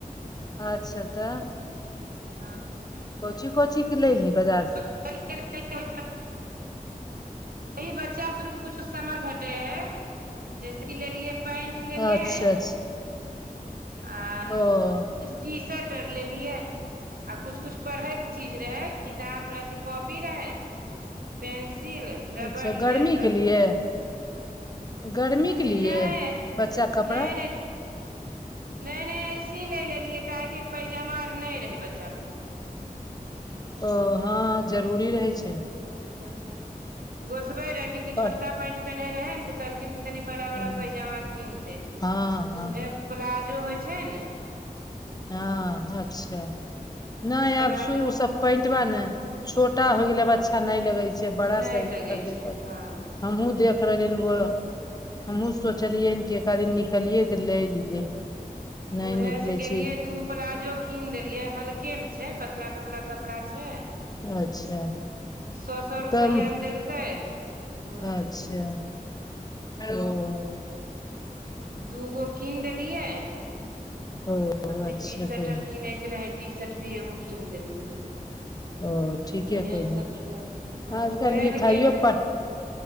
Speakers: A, on the left; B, on the right.
A: अच्छा तऽ
B: हँ
A: कोइची कोइची के लेलहि बाजारसँ।
B: वही इ बच्चा बुतरुके कुछु समान घटै हैय जैसे कि लेलिए पैंट लेलियै।
A: अच्छा अच्छा
B: आर
A: ओ
B: टी शर्ट आर लेलियै। आ कुछ कुछ पढ़ै के चीज रहै किताब अथी कॉपी रहै। पेंसिल रबड़
A: अच्छा
B: इहे
A: गर्मी
B: सब।
A: के लिए गर्मी
B: हम
A: के
B: नाइ
A: लिए बच्चा कपड़ा
B: नाइ नाइ नाइ नाइ ऐसे ही ले लेलियै काहेकि पैजामा आर नै रहै बच्चा बुतरुके।
A: ओ हाँ जरूरी रहै छै।
B: त गोसबै रहेखिन कि छोटका
A: पर
B: पैंट पेन्है रहै ने तऽ कहलखिन तनि बड़ा बड़ा
A: हँ
B: पैजामा किन देल तऽ
A: हँ हँ
B: उहे प्लाजो होइ छै ने
A: हां
B: ह
A: अच्छा नाइ
B: तऽ प्लाजो
A: आब सुर सब पैटबा मे छोटा हो गेलै आब अच्छा नै लगै छै बड़ा
B: नहि
A: साइज खरदे
B: लगै छै
A: परते।
B: हँ
A: हमहुँ देख रहलियेन ग हमहूँ सोचलियै कि एकाध दिन निकलियै तऽ लै लियै नै
B: उएहे
A: निकलै
B: से
A: छी।
B: गेलियै दूगो प्लाजो किन देलियै हल्के मे छै पतला पतला कपड़ा छै।
A: अच्छा।
B: सौ सौ रुपैया
A: कम
B: मे देलकै होइ
A: अच्छा,
B: गेलै
A: ओ।
B: दूगो किन देलियै।
A: ओ
B: आ फिर
A: अच्छा
B: टीशर्ट
A: कयली
B: और किनयैके रहै टीशर्ट भी एगो किन देलियै।
A: ओ ठीके
B: इहे
A: कयली
B: सब तऽ हमहुँ
A: आजकल
B: एल
A: लिखाइयो
B: गेल रहियै।
A: पढ़